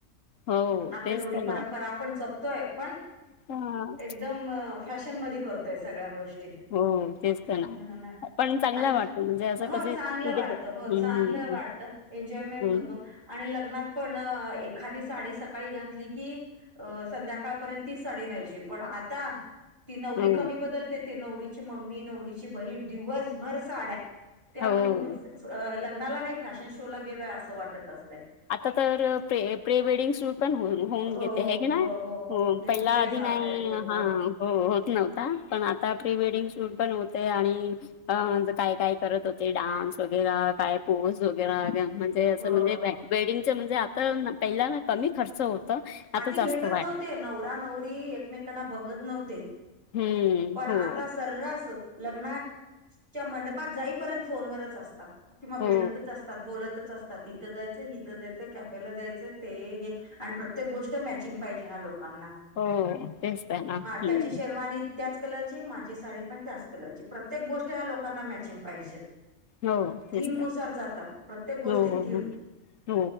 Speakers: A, on the left (about 80°); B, on the right (about 50°).
A: हो
B: आपल्या
A: तेच
B: रूढी
A: तर
B: परंपरा
A: ना
B: आपण जपतोय पण
A: हा.
B: एकदम म फॅशन मध्ये करतोय सगळ्या गोष्टी.
A: हो तेच तर
B: हा ना
A: पण चांगला
B: आणि
A: वाटतो म्हणजे असं
B: हो
A: कसे
B: चांगलं
A: कुठे
B: वाढतं हो
A: हम्म
B: चांगलं वाढत. एन्जॉयमेंट
A: हम्म
B: होतो आणि लग्नात पण एखादी साडी सकाळी घातली की अ संध्याकाळपर्यंत तीच साडी राहायची पण आता ती नवरी
A: हो
B: कमी बदलते ती नवरीची मम्मी नवरीची बहीण दिवसभर साड्या त ते
A: हो
B: आपण लग्नाला नाही फॅशन शो ला गेलोय असं वाटत असतय.
A: आता तर प्र -प्री वेडिंग शूट पण होऊ होऊन
B: हो
A: घेते हे की
B: हो
A: नाय. हो
B: कुठे
A: पहिला
B: कुठे
A: आधी
B: जात
A: नाही
B: आहेत लोक
A: हा. हो होत नव्हता पण आता प्री वेडिंग शूट पण होतय आणि अ म्हणजे काय काय करत होते डान्स वगैरे काय पोज वगैर म्हण अस
B: हो
A: म्हणजे वेडिंग म्हणजे आता पहिला ना कमी खर्च होत आता
B: आधी
A: जास्त
B: भेटत
A: वाढ
B: नव्हते नवरा नवरी एकमेकांना बघत नव्हते
A: हम्म
B: पण आता
A: हो
B: अस सर्रास लग्नाच्या मंडपात जाईपर्यंत फोनवरच असतात. किंवा
A: हो
B: भेटतच असतात बोलतच अस तिथं जायचं इथं जायचं कॅफेला जायचं ते हे आणि प्र तेक गोष्ट मॅचिंग पाहिजे हा लोकांना.
A: हो तेच ते ना हम्म.
B: त्याची शेरवानी त्याच कलरची माझी साडी पण त्याच कलरची प्रत्येक गोष्ट ह्या लोकांना मॅचिंग पाहिजे.
A: हो तेच
B: थीम
A: तर
B: नुसार जातात प्रत्येक गोष्टीत
A: हो हो
B: थीम.
A: हो हो